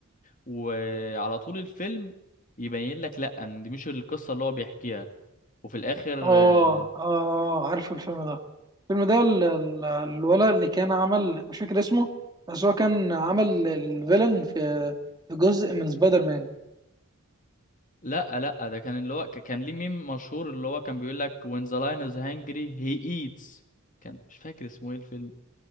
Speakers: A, on the left; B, on the right.
A: وعلى طول الفيلم يبين لك لا ان دي مش القصه اللي هو بيحكيها وفي الاخر
B: اه
A: آه،
B: اه آه، عارفه الفيلم ده الفيلم ده ال- ال- الولد اللي كان عمل مش فاكر اسمه بس هو كان عمل الفيلن في في جزء من سبايدر مان
A: لا لا ده كان اللي هو ك- كان ليه ميم مشهور اللي هو كان بيقول لك when the lion is hungry he eats كان مش فاكر اسمه ايه الفيلم